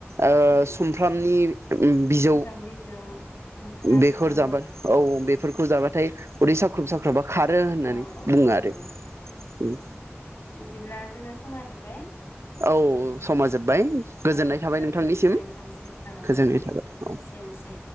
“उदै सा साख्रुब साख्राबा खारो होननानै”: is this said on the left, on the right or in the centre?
Right